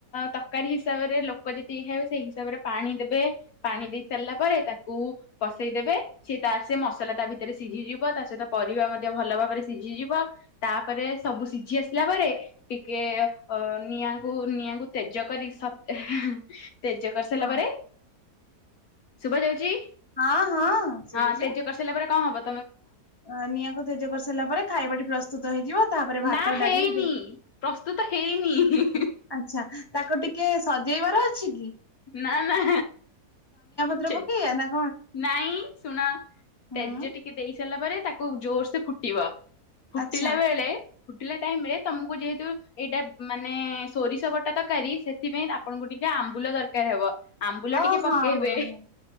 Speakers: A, on the left (about 65°); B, on the left (about 15°).
A: ତରକାରୀ ହିସାବରେ ଲୋକ ଯେତିକି ଖାଇବେ ସେଇ ହିସାବରେ ପାଣି ଦେବେ, ପାଣି ଦେଇ ସାରିଲା ପରେ ତାକୁ ବସେଇଦେବେ, ସିଏ ତା ସେ ମସଲା ତା ଭିତରେ ସିଝିଯିବ ତା ସହିତ ପରିବା ମଧ୍ୟ ଭଲ ବ ପରେ ସିଝିଯିବ, ତାପରେ ସବୁ ସିଝି ଆସିଲା ପରେ ଟିକେ ଅ ନିଆଁକୁ ନିଆଁକୁ ତେଜ କରି ସତେ ହେଁ। ତେଜ କରିସାରିଲା
B: ହଁ
A: ପରେ, ଶୁଭାଯାଉଛି?
B: ହଁ ହଁ ଶୁଭୁଛି।
A: ହଁ ସେ ଯଉ କରିସାରିଲା ପରେ କଣ ହେବ?
B: ଅ ନିଆଁକୁ ତେଜ କରିସାରିଲା ପରେ ଖାଇବାଟି ପ୍ରସ୍ତୁତ ହେଇଯିବ ତାପରେ ଭାତ,
A: ନା ହେଇନି
B: ଡାଲି
A: ପ୍ରସ୍ତୁତ ହେଇନି, ହିମ
B: ଆଚ୍ଛା ତାକୁ ଟିକେ ସଜେଇବାର ଅଛି କି?
A: ନା ନା।
B: <inaudible>
A: ତେଜ ନାଇଁ ଶୁଣ
B: ହୁଁ
A: ତେଜ ଟିକେ ଦେଇ ସାରିଲା ପରେ, ତାକୁ ଜୋର ସେ ଫୁଟିବ। ଫୁଟିଲା
B: ଆଚ୍ଛା
A: ବେଳେ ଫୁଟିଲା ଟାଇମ ରେ ତମକୁ ଯେହେତୁ ଏଇଟା ମାନେ ସୋରିଷ ବ ଟା ତରକାରୀ, ସେଥିପାଇଁ ଆପଣଙ୍କୁ ଟିକେ ଆମ୍ବୁଲ ଦରକାର ହେବ। ଆମ୍ବୁଲ
B: ଓ
A: ଟିକେ
B: ହଁ
A: ପକେଇବେ,
B: ହଁ ହଁ